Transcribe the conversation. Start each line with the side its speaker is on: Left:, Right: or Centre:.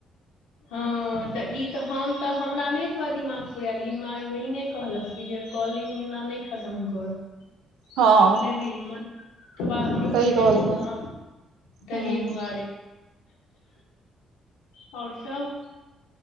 Left: हँ तऽ ई तऽ हम तऽ हमरा नै एतबा दिमाग फुरायल ई हमरा ई बहिने कहलक कि जे कॉलिंग एना नै खतम करब
Right: हँ
Left: अपने भी मन तऽ बाथी पुरि
Right: सही कहलको
Left: जेतौ न दहीदुरुआरे
Right: हूँ
Left: आओर सब